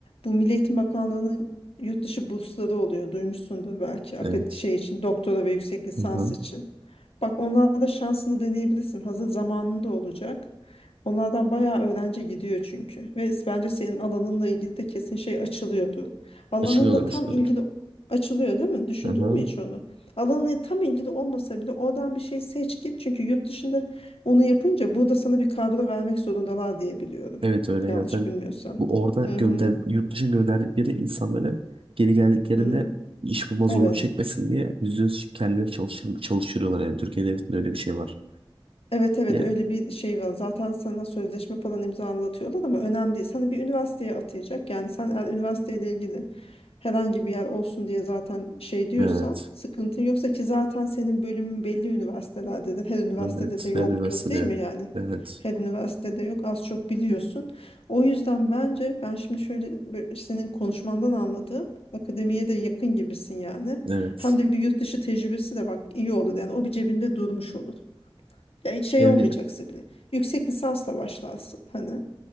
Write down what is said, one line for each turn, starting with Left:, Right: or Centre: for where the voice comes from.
Left: Bu Milli Eğitim Bakanlığı'nın yurt dışı bursları oluyor. Duymuşsundur belki akad-
Right: Evet.
Left: şey için doktora ve yüksek lisans
Right: Hı hı.
Left: için. Bak onlarda şansını deneyebilirsin. Hazır zamanında olacak. Onlardan bayağı öğrenci gidiyor çünkü. Ve bence senin alanınla ilgili de kesin şey açılıyordu. Alanınla
Right: Açılıyorlar açılıyorlar.
Left: tam ilgili açılıyor değil mi? Düşündün
Right: Hı hı.
Left: mü hiç onu? Alanı tam ilgili olmasa bile oradan bir şey seç git. Çünkü yurt dışında onu yapınca burada sana bir kadro vermek zorundalar diye biliyorum.
Right: Evet öyle
Left: Yanlış
Right: ya. Zaten
Left: bilmiyorsam.
Right: bu orada gönder
Left: Hı hı.
Right: yurt dışına gönderdikleri insanları geri geldiklerinde
Left: Hı.
Right: iş bulma zorluğu
Left: Evet.
Right: çekmesin diye yüzde yüz kendileri çalışır, çalıştırıyorlar yani. Türkiye Devleti'nde öyle bir şey var.
Left: Evet evet
Right: Yani,
Left: öyle bir şey var. Zaten sana sözleşme falan imzalatıyorlar ama önemli değil. Sana bir üniversiteye atayacak. Yani sen eğer üniversiteyle ilgili herhangi bir yer olsun diye zaten şey diyorsa
Right: evet.
Left: sıkıntın yoksa ki zaten senin bölümün belli üniversitelerdedir. Her üniversitede
Right: Evet.
Left: de yoktur
Right: Her üniversite
Left: değil
Right: diyor.
Left: mi yani?
Right: Evet.
Left: Her üniversitede yok az çok biliyorsun. O yüzden bence ben şimdi şöyle bir- senin konuşmandan anladığım akademiye de yakın gibisin yani.
Right: Evet.
Left: Hem de bir yurt dışı tecrübesi de bak iyi olur yani o bir cebinde durmuş olur. Ya hiç şey
Right: Yani,
Left: olmayacaksa bile. Yüksek lisansla başlarsın hani.